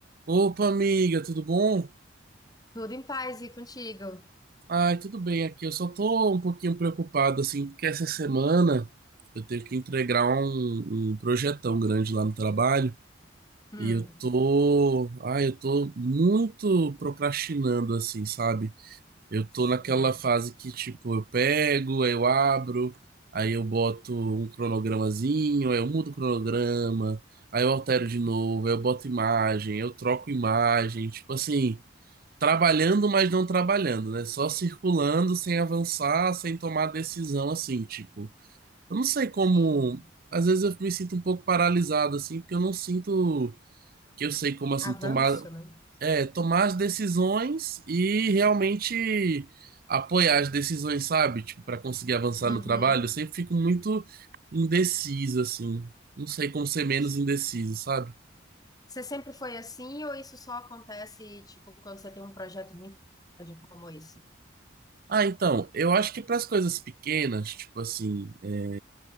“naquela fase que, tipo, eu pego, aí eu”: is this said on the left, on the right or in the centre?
Right